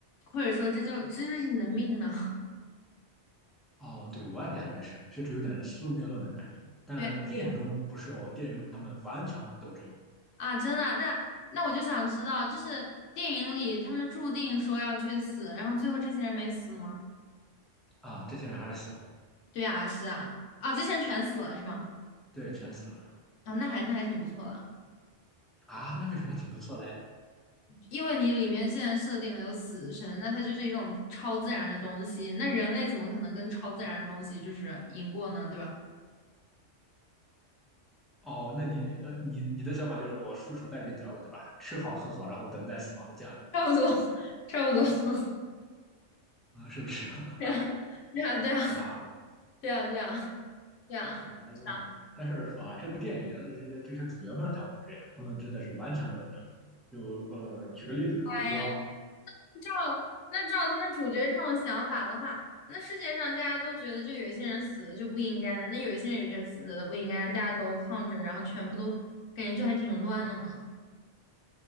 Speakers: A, on the left; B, in the centre.
A: 或者说这就这就是你的命呢？<laughs>
B: 哦，对，我也感觉是，确实有点宿命论的感觉。但电影中不是哦，
A: 对啊，对啊，
B: 电影中他们顽强的斗争
A: 啊，真的啊那那我就想知道，就是电影里他们注定说要去死，然后最后这些人没死吗？
B: 啊，这些人还是死了，
A: 对啊，是啊，啊，这些人全死了是吗？
B: 对，全死了
A: 啊，那还那还挺不错的。
B: 啊。那为什么挺不错嘞？
A: 因为你里面现在设定的有死神，那它就是一种超自然的东西，那人类怎么可能跟超自然的东西就是赢过呢？对吧？
B: 哦，那你呃，你你的想法就是我束手待毙得了，对吧？吃好喝好，然后等待死亡的降临，
A: 差不多，
B: 对吧？
A: <laughs> 差不多，<laughs>
B: 啊，是不是？<laughs>
A: 对啊，对啊，对啊，
B: 哇，
A: 对啊，对啊，对啊，
B: 对，那
A: 是啊，
B: 但是哇，这部电影的这些这些主角们他不是这样，他们真的是顽强的斗争。就呃，举个例子，比如说，
A: 哎呀，照那照他们主角这种想法的话，那世界上大家都觉得就有一些人死了就不应该的，那有一些人也觉得死了不应该，大家都抗争，然后全部都感觉就还挺乱的嘛。